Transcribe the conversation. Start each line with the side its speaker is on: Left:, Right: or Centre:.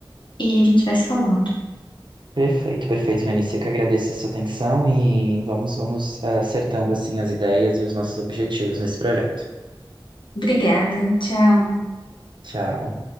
Left: E a gente vai se falando.
Right: Perfeito, perfeito, Lenice. Eu que agradeço a sua atenção e vamos, vamos eh, acertando assim as ideias e os nossos objetivos nesse projeto.
Left: Obrigada. Tchau.
Right: Tchau.